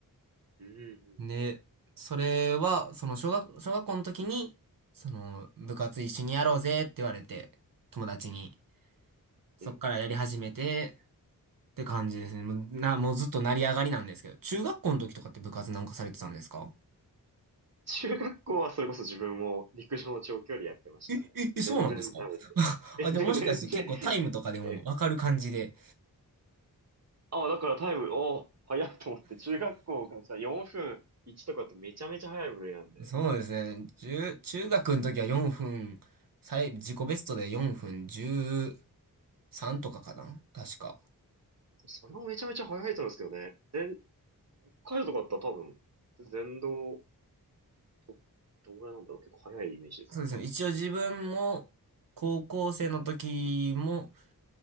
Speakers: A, on the right; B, on the right.
A: うんうん
B: で、それは、その小学、小学校の時に、その部活一緒にやろうぜって言われて、友達に。そっからやり始めて
A: うんうん。え、
B: って感じですね。もう、な、もうずっと成り上がりなんですけど、中学校の時とかって部活なんかされてたんですか
A: 中学校はそれこそ自分も陸上の長距離やってましたね。
B: え、え、えそうなんですか
A: 全然ダメで。
B: <laughs>
A: え、
B: あ、でももしかして結構タイムとかでもわかる感じで。
A: でも全然、え、あ、だからタイム、おー、早いと思って、中学校からさ、4分1とかってめちゃめちゃ早い部類なんで。
B: そうですね。中、中学の時は4分、最、自己ベストで4分13とかかな確か。
A: それもめちゃめちゃ早いと思うんですけどね。全北海道とかだったら多分、全道、と、どんぐらいなんだろう結構早いイメージですけど。
B: そうですね。一応自分も、高校生の時も、